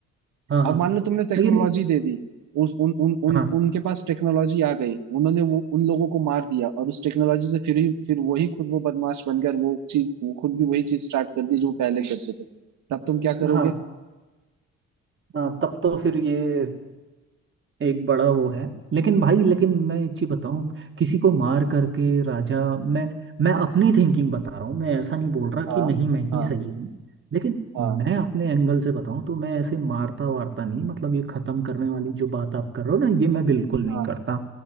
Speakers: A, on the right; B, on the right.
A: हाँ हाँ
B: अब मान लो तुमने टेक्नोलॉजी
A: लेकिन
B: दे दी उस उन उन उन
A: हाँ
B: उनके पास टेक्नोलॉजी आ गई उन्होंने वो उन लोगों को मार दिया और उस टेक्नोलॉजी से फिर ही फिर वही खुद वो बदमाश बन गया और वो चीज वो खुद भी वही चीज स्टार्ट कर दी जो वो पहले करते थे तब तुम क्या करोगे
A: हाँ हाँ तब तो फिर ये एक बड़ा वो है लेकिन भाई लेकिन मैं एक चीज बताऊं किसी को मार करके राजा मैं मैं अपनी थिंकिंग बता रहा हूँ मैं ऐसा नहीं बोल रहा
B: हाँ
A: कि नहीं मैं
B: हाँ
A: ही सही हूँ लेकिन
B: हाँ
A: मैं अपने एंगल से बताऊं तो मैं ऐसे मारता वारता नहीं मतलब ये खत्म करने वाली जो बात आप कर रहे हो ना ये मैं बिल्कुल नहीं
B: हाँ
A: करता